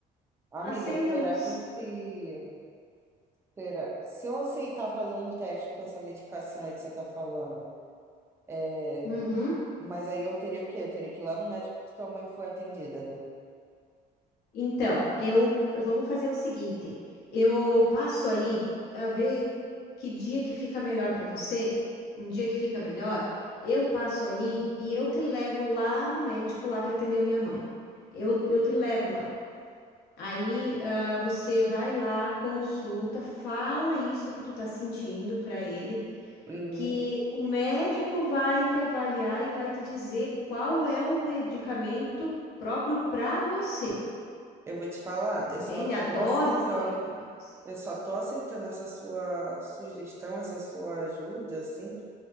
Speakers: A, on the right (about 15°); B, on the left (about 75°).
A: Amiga,
B: acende
A: será
B: a luz.
A: que se. Será, se eu aceitar fazer um teste com essa medicação aí que você tá falando, é,
B: Uhum.
A: mas aí eu teria o quê? Eu teria que ir lá no médico que tua mãe foi atendida, né?
B: Então, eu vamos fazer o seguinte. Eu passo aí a ver que dia que fica melhor para você, um dia que fica melhor, eu passo aí e eu te levo lá no médico lá que atendeu minha mãe. Eu, eu te levo lá. Aí, ah, você vai lá, consulta, fala isso que tu tá sentindo para ele,
A: Uhum.
B: que o médico vai te avaliar e vai te dizer qual é o medicamento próprio para você.
A: Eu vou te falar,
B: Entende?
A: eu só tô
B: A dose
A: aceitando,
B: certa para você.
A: eu só tô aceitando essa sua sugestão, essa sua ajuda, assim.